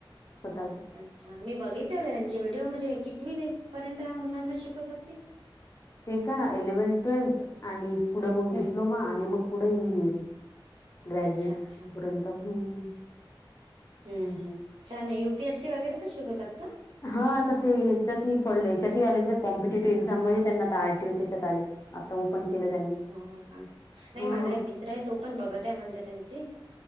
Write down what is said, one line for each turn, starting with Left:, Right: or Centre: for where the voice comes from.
Left: स्वतःच
Right: अच्छा मी बघितले होते त्यांचे व्हिडिओ म्हणजे किितती पर्यंत मुलांना शिकवतात ते
Left: ते का इलेव्हनथ ट्वेल्थ आणि पुढं मग
Right: हम्म
Left: डिप्लोमा आणि मग पुढं इंजिनिअरिंग ग्रॅज्युएट
Right: अच्छा अच्छा
Left: पर्यंत हम्म
Right: हम् हम छान आहे युपीएस सी वगैरे पण शिकवतात का
Left: हा आता ते्याच्यात पडलं याच्यातही आलेत नाही कॉम्पिटेटिव्ह एक्झाम मध्ये त्यांना आ आरटीओच्यात आले आता केलं त्यांनी
Right: हो नाही
Left: हा
Right: माझा एक मित्र आहे तो पण बघत आहे म्हणते त्यांची